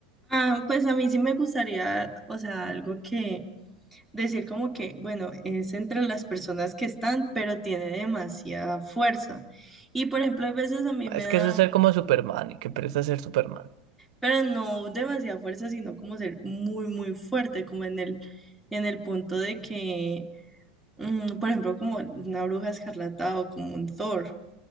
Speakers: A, in the centre; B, on the right.
A: Ah, pues a mí sí me gustaría, o sea, algo que decir como que, bueno, es entre las personas que están, pero tiene demasiada fuerza. Y por ejemplo, a veces a mí me
B: Es
A: da
B: que eso es ser como Superman y que presta ser Superman.
A: pero no demasiada fuerza, sino como ser muy, muy fuerte, como en el, en el punto de que, mm, por ejemplo, como una bruja escarlata o como un Thor.